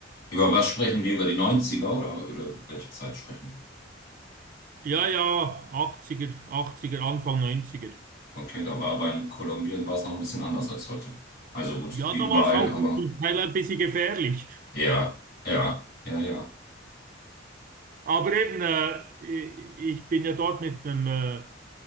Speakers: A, on the left (about 55°); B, on the right (about 45°).
A: Über was sprechen wir? Über die Neunziger oder, oder welche Zeit sprechen
B: Ja, ja, 80er, 80er, Anfang 90er.
A: wir? Okay, da war aber in Kolumbien war es noch ein bisschen anders als heute. Also gut,
B: Ja,
A: wie
B: da
A: überall,
B: war es auch
A: aber
B: zum Teil ein bisschen gefährlich.
A: ja, ja, ja, ja,
B: Aber eben, äh, ich ich bin ja dort mit einem äh,